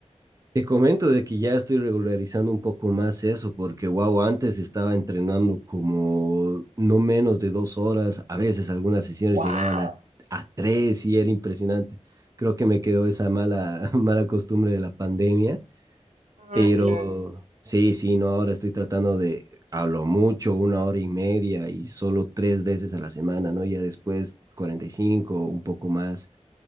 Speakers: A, on the right; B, on the right.
A: Te comento de que ya estoy regularizando un poco más eso, porque wow, antes estaba entrenando como no menos de dos horas, a veces algunas sesiones
B: Wow.
A: llegaban a, a tres y era impresionante. Creo que me quedó esa mala, <laughs> mala costumbre de la pandemia,
B: Ah,
A: pero
B: claro,
A: sí, sí, no, ahora estoy tratando de, a lo mucho, una hora y media y solo tres veces a la semana, ¿no? Ya después 45 o un poco más.